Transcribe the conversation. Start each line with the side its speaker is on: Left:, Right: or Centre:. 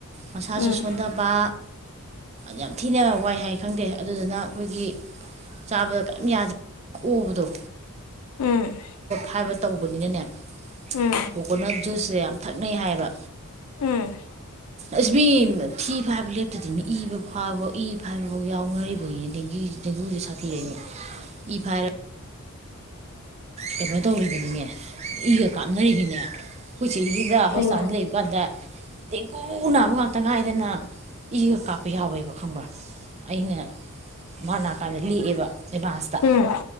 Right: ꯃꯁꯥꯁꯨ
Left: ꯎꯝ
Right: ꯁꯣꯟꯗꯕ꯫ ꯌꯥꯝ ꯊꯤꯅ ꯋꯥꯏ ꯍꯥꯏ ꯈꯪꯗꯦ ꯑꯗꯨꯗꯨꯅ ꯑꯈꯣꯏꯒꯤ꯫ ꯆꯥꯕꯗ ꯀꯩꯑꯝ ꯌꯥꯗ ꯑꫭꯕꯗꯣ꯫
Left: ꯎꯝ꯫
Right: ꯍꯥꯏꯕ ꯇꯧꯕꯅꯤꯅꯅꯦ
Left: ꯎꯝ
Right: ꯀꯣꯀꯣꯅꯠ ꯖꯨꯁꯁꯦ ꯌꯥꯝ ꯊꯛꯅꯩ ꯍꯥꯏꯌꯦꯕ꯫
Left: ꯎꯝ꯫
Right: ꯑꯁ ꯃꯤ ꯊꯤ ꯐꯥꯏꯕ ꯂꯦꯞꯇꯗꯤ ꯃꯤ ꯏꯕ ꯐꯥꯏꯕꯐꯥꯎ ꯏ ꯐꯥꯏꯕꯐꯥꯎ ꯌꯥꯎꯅꯔꯤꯕꯅꯤ ꯗ‌ꯦꯡꯒꯤ꯫ ꯗꯦꯡꯒꯨꯁꯦ ꯁꯥꯊꯤ ꯔ‌ꯦꯅꯦ ꯏ ꯐꯥꯏꯔ꯫ ꯀꯩꯅꯣ ꯇꯧꯔꯤꯕꯅꯤꯅꯦ ꯏꯒ ꯀꯥꯞꯅꯔꯤꯝꯃꯤꯅ‌ꯦ꯫ ꯑꯈꯣꯏ ꯆ‌ꯦꯗꯨꯗ ꯍꯣꯁꯄꯤꯇꯥꯜꯗ
Left: ꯍꯩꯃꯥ
Right: ꯂꯩꯕ ꯀꯥꯟꯗ ꯗꯦꯡꯒꯨ ꯅꯥꯕ ꯉꯥꯛꯇ ꯉꯥꯏꯗꯅ꯫ ꯏꯒ ꯀꯥꯞꯄ ꯌꯥꯎꯋꯦꯕ ꯈꯪꯕ꯭ꯔ꯫ ꯑꯩꯅ ꯃꯥꯅꯥ ꯀꯥꯟꯗ ꯂꯦꯛꯑꯦꯕ ꯑꯦꯗꯚꯥꯟꯁꯇ꯫
Left: ꯎꯝ